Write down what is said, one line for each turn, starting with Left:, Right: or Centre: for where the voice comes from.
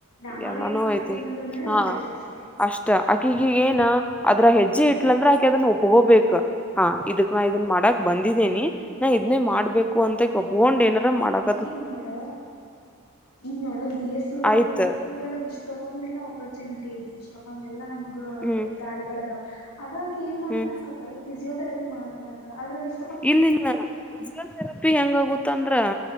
Left: ನಾವ
Centre: ಎಲ್ಲಾನೂ
Left: ಏನ್ ಮಾಡ್ತಿವಿ
Centre: ಐತಿ
Left: ಅನ್ನೋದ್ರ ಮೇಲೆ
Centre: ಹಾ
Left: ಗಓತೈತ ಅಷ್ಟೇ
Centre: ಅಷ್ಟ ಆಕೆ ಈಗ ಏನ ಅದ್ರ ಹೆಜ್ಜೆ ಇಟ್ಲಂದ್ರ ಆಕೆ ಅದನ್ನ ಒಪ್ಗೋಬೇಕ ಹಾ ಇದಕ್ ನಾ ಇದನ್ ಮಾಡಕ್ ಬಂದಿದ್ದೇನಿ ನಾ ಇದನ್ನೇ ಮಾಡ್ಬೇಕು ಅಂತ ಒಪ್ಗೊಂಡ್ ಏನಾರ ಮಾಡಕ್
Left: ಇನ್ನೋಡ ಈಗ ನೋಡ ಬಿ ಎಸ್ ಸಿ ಒಳ
Centre: ಆಯ್ತ
Left: ನರ್ಸಿಂಗ್ ಒಳ ಇಷ್ಟಕ್ಕೊಂದೆಲ್ಲಾ ಆಪರ್ಚುನಿಟಿ ಐತಿ ಇಷ್ಟ ತಕೊಂಡ ಎಲ್ಲಾ ನಮಗ
Centre: ಹ್ಮ್
Left: ದಾರಿಗಳ ಅದಾವ ಅದಕ ಏನ್ ಮಾಡತ್
Centre: ಹ್ಮ್
Left: ನನಕತಳ ಫಿಸಿಯೋಥರಪಿ ಮಾಡತಾನ ಅಂತಳ ಆದ್ರಾಗ ಇ
Centre: ಇಲ್ಲ ಇಲ್ಲ ಫಜಿಯೋಥೆರಪಿ ಹೆಂಗಗುತ್ತ ಅಂದ್ರ